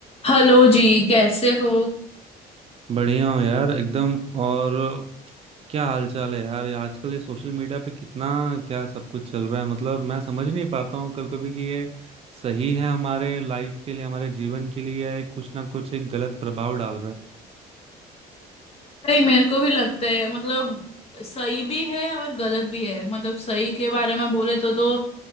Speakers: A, on the left; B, on the right.
A: Hello जी कैसे हो
B: बढ़िया हूँ यार एकदम और क्या हाल चाल है यार ये आजकल ये सोशल मीडिया पे कितना क्या सब कुछ चल रहा है मतलब मैं समझ नहीं पाता हूँ कभी कभी कि ये सही है हमारे लाइफ के लिए हमारे जीवन के लिए या ये कुछ ना कुछ एक गलत प्रभाव डाल रहा है
A: भाई मेरे को भी लगता है मतलब सही भी है और गलत भी है मतलब सही के बारे में बोले तो तो